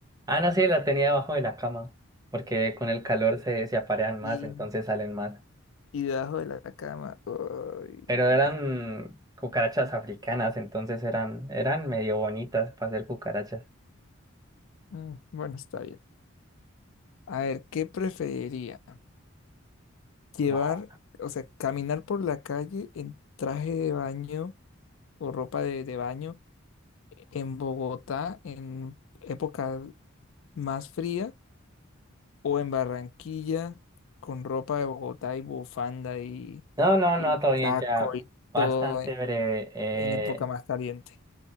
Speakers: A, on the right; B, on the left.
A: Ana sí la tenía debajo de la cama, porque con el calor se, se aparean más,
B: Y,
A: entonces salen más.
B: y debajo de la cama. Ay,
A: Pero
B: no.
A: eran cucarachas africanas, entonces eran, eran medio bonitas para ser cucarachas.
B: Mm, bueno, está bien. A ver, ¿qué preferiría? Llevar,
A: No,
B: o sea, caminar por la calle en traje de baño o ropa de, de baño en Bogotá en época más fría o en Barranquilla con ropa de Bogotá y bufanda y,
A: no, no,
B: y
A: no, todo bien,
B: saco
A: ya
B: y
A: bastante
B: todo en,
A: breve. Eh,
B: en época más caliente.